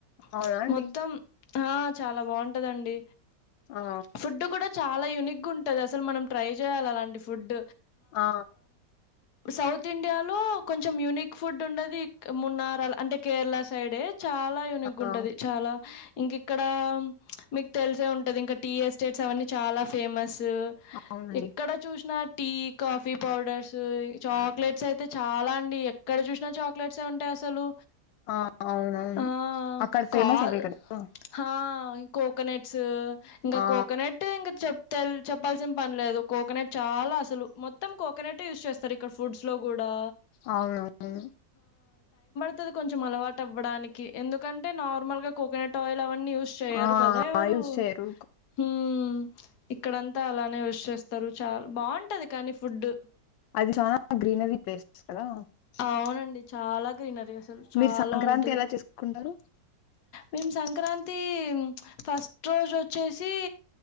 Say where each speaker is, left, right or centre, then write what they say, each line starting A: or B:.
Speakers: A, on the left; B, on the left.
A: అవునా
B: ప్చ్
A: అండి
B: మొత్తం ఆ చాలా బాగుంటదండి
A: ఆ
B: ఫుడ్ కూడా చాలా యూనిక్ గా ఉంటది అసలు మనం ట్రై చేయాలి అలాంటి ఫుడ్
A: ఆ
B: సౌత్ ఇండియాలో కొంచెం యునిక్ గా ఫుడ్ ఉంటది మున్నార అంటే కేరళ సైడే చాలా యూనిక్
A: ఆ
B: ఉంటది చాలా ఇంక ఇక్కడ మీకు తెలిసే ఉంటది ఇంకా టీ ఎస్టేట్స్ అవన్నీ చాలా ఫేమస్
A: అవునండి
B: ఎక్కడ చూసిన టీ కాఫీ పౌడర్స్ చాక్లెట్స్ అయితే చాలా అండి ఎక్కడ చూసినా చాక్లెట్స్ ఏ ఉంటాయి అసలు
A: ఆ అవునవును
B: ఆ
A: అక్కడ ఫేమస్
B: కాల్
A: అవే కదా
B: హా కోకోనెట్స్ ఇంకా
A: ఆ
B: కోకోనెట్ ఇంకా చెప్తరు చెప్పల్సిన పనిలేదు కోకోనెట్ చాలా అసలు మొత్తం కోకోనెట్ఎ యూజ్ చేస్తారు ఇక్కడ ఫుడ్స్ లో కూడా
A: అవును
B: కొత్తది కొంచెం అలవాటు అవ్వడానికి ఎందుకంటే నార్మల్ గా కోకోనట్ ఆయిల్ అవన్నీ యూస్ చేయరు
A: ఆ
B: కదా ఎవరు
A: చేయరు
B: హ్మ్ ఇక్కడంతా అలానే యూస్ చేస్తారు చాల బాగుంటది కానీ ఫుడ్
A: అది చానా గ్రీనరీ ప్లేస్ కదా
B: అవునండి చాలా గ్రీనరీ అసలు చాలా
A: మీరు సంక్రాంతి
B: ఉంటది
A: ఎలా చేసుకుంటారు?
B: మేము సంక్రాంతి ఫస్ట్ రోజు వచ్చేసి